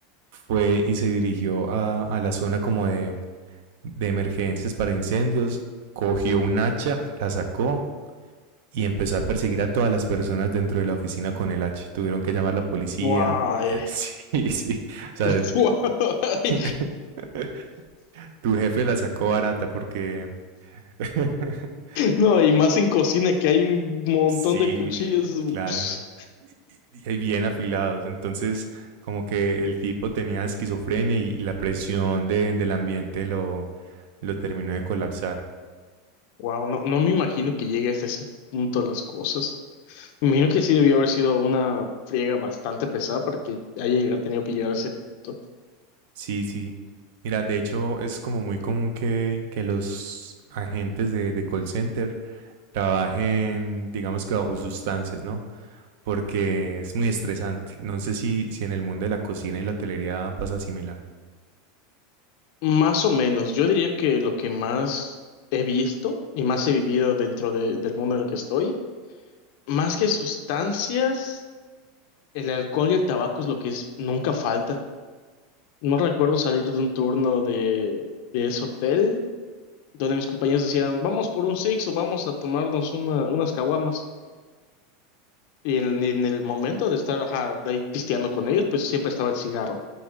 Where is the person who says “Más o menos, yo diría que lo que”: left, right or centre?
Left